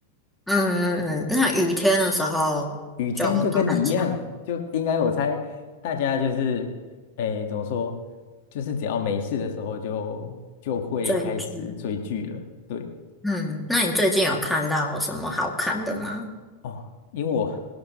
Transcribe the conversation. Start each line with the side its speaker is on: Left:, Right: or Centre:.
Centre: 嗯嗯嗯，那雨天的时候就都在家。
Left: 雨天就跟你一样，就应该我猜大家就是，哎怎么说，就是只要没事的时候就就会开始追剧了。
Centre: 追剧。
Left: 对。
Centre: 嗯，那你最近有看到什么好看的吗？
Left: 哦，因为我，